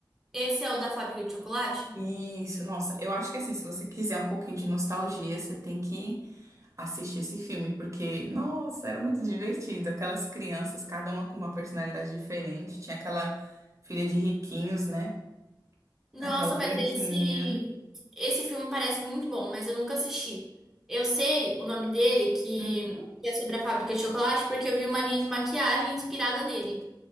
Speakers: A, in the centre; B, on the right.
A: esse é o da Fábrica de Chocolate?
B: Isso, nossa, eu acho que assim, se você quiser um pouquinho de nostalgia, você tem que assistir esse filme, porque, nossa, era muito divertido. Aquelas crianças, cada uma com uma personalidade diferente. Tinha aquela filha de riquinhos, né?
A: Nossa,
B: Aquela branquinha.
A: mas esse, esse filme parece muito bom, mas eu nunca assisti. Eu sei o nome dele, que
B: Uhum.
A: que é sobre a Fábrica de Chocolate, porque eu vi uma linha de maquiagem inspirada nele.